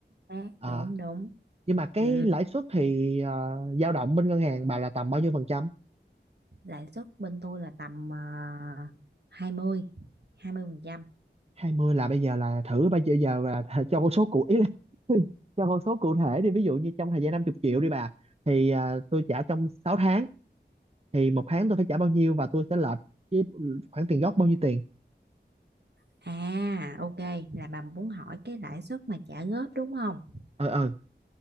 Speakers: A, on the right (about 65°); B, on the right (about 35°).
A: xác
B: Ờ,
A: đúng đúng
B: nhưng mà cái
A: ừ
B: lãi suất thì ờ, dao động bên ngân hàng bà là tầm bao nhiêu phần trăm
A: lãi suất bên tôi là tầm uh, hai mươi hai mươi phần trăm
B: hai mươi là bây giờ là thử bây giờ giờ là <laughs> cho con số cụ ý là <laughs> cho con số cụ thể đi ví dụ như trong thời gian 50 triệu đi bà thì à, tôi trả trong 6 tháng thì một tháng tôi phải trả bao nhiêu và tôi sẽ lệch với khoản tiền gốc bao nhiêu tiền
A: à ok là bà muốn hỏi cái lãi suất mà trả góp đúng không
B: ờ ờ